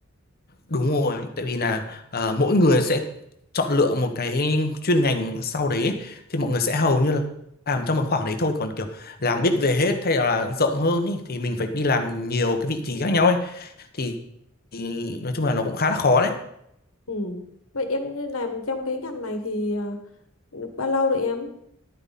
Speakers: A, on the left; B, on the left.
A: đúng rồi tại vì là ờ, mỗi người sẽ chọn lựa một cái chuyên ngành sau đấy ấy. thì mọi người sẽ hầu như là làm trong một khoảng đấy thôi còn kiểu làm biết về hết hay là rộng hơn ý, thì mình phải đi làm nhiều cái vị trí khác nhau ấy thì, thì nói chung là nó cũng khá là khó đấy
B: Ừ. Vậy em làm trong cái ngành này thì à, được bao lâu rồi em?